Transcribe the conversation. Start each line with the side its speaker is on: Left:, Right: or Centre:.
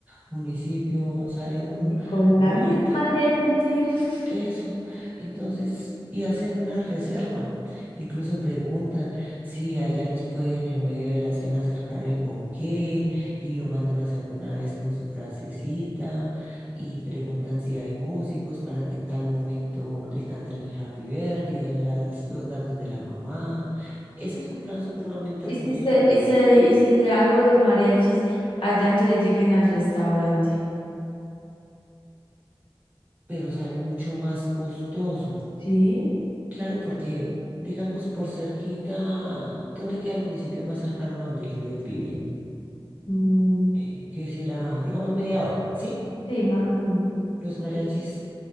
Right: municipio sale
Left: <laughs>
Right: uno.
Left: y con
Right: No,
Left: la misma gente. <laughs>
Right: Eso. Entonces, y hacen una reserva. Incluso preguntan si allá les pueden en medio de la cena acercar el ponqué y lo mandan a hacer de una vez con su frasecita y preguntan si hay músicos para que en tal momento le canten el happy birthday, dan las, los datos de la mamá. Ese es un plan supremamente
Left: Y
Right: hermoso,
Left: si se, y se, y si le hago los mariachis allá que le lleguen al restaurante.
Right: pero sale mucho más costoso.
Left: ¿Sí?
Right: Claro, porque, digamos, por cerquita, ¿dónde queda el municipio más cercano a donde Juliet vive? En,
Left: Mm,
Right: eh, ¿qué será? Digamos, media hora, ¿sí?
Left: sí, más o menos.
Right: Los mariachis